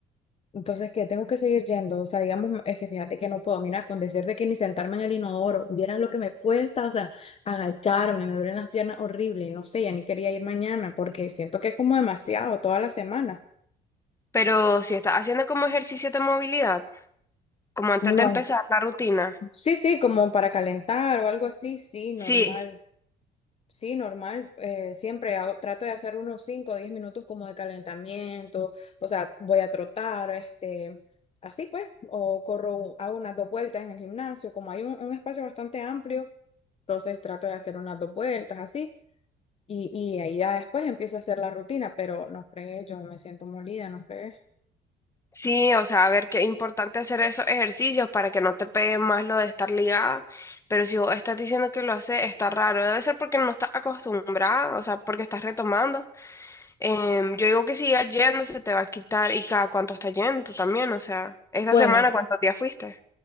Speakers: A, on the left; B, on the left.
A: Entonces, ¿qué? Tengo que seguir yendo. O sea, digamos, es que fíjate que no puedo. Mira, con decirte que ni sentarme en el inodoro, vieras lo que me cuesta, o sea, agacharme, me duelen las piernas horrible. No sé, ya ni quería ir mañana porque siento que es como demasiado toda la semana.
B: Pero si estás haciendo como ejercicio de movilidad, como antes
A: No,
B: de empezar la rutina.
A: sí, sí, como para calentar o algo así, sí, normal.
B: Sí.
A: Sí, normal. eh, siempre hago- trato de hacer unos 5 o 10 minutos como de calentamiento. O sea, voy a trotar, este, así pues, o corro, hago unas dos vueltas en el gimnasio. Como hay un, un espacio bastante amplio, entonces trato de hacer unas dos vueltas así. Y, y ahí ya después empiezo a hacer la rutina, pero no fregué, yo me siento molida, no fregué.
B: Sí, o sea, a ver, qué importante hacer esos ejercicios para que no te pegue más lo de estar ligada, pero si vos estás diciendo que lo hace, está raro, debe ser porque no estás acostumbrada, o sea, porque estás retomando. Em, yo digo que sigas yendo, se te va a quitar y cada cuánto estás yendo también, o sea, esta
A: Bueno,
B: semana, ¿cuántos días fuiste?